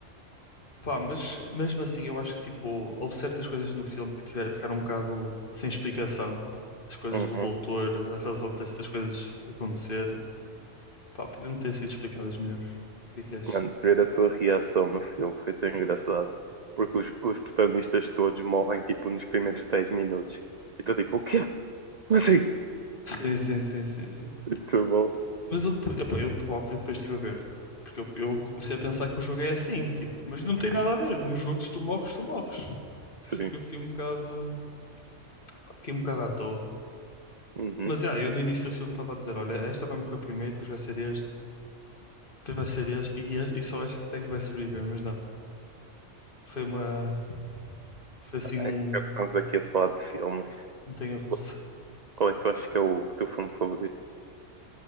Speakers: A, on the left (about 45°); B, on the right (about 45°).
A: Pá, mas mesmo assim, eu acho que tipo, houve certas coisas no filme que tiver, ficaram um bocado sem explicação. As coisas
B: Uhum.
A: do doutor, a razão destas coisas acontecerem, pá, podiam ter sido explicadas melhor. O que é que achas?
B: Mano, ver a tua reação no filme foi tão engraçado. Porque os, os protagonistas todos morrem, tipo, nos primeiros 10 minutos. E tu, tipo, o quê? Como assim?
A: Sim, sim, sim, sim, sim.
B: Muito bom.
A: Mas eu, depois, epá, eu próprio depois estive a ver. Porque eu, eu comecei a pensar que o jogo é assim, tipo, mas não tem nada a ver. No jogo, se tu morres, tu morres.
B: Sim.
A: Por isso é que eu fiquei um bocado, pá, fiquei um bocado à toa.
B: Uhum.
A: Mas já, eu no início do filme estava a dizer: olha, esta vai morrer primeiro, depois vai ser este, depois vai ser este, e, este, e só esta até que vai sobreviver. Mas não, foi uma. Foi assim um.
B: É que estamos aqui a falar de filmes.
A: Montanha russa.
B: Qu- Qual é que tu achas que é o teu filme favorito?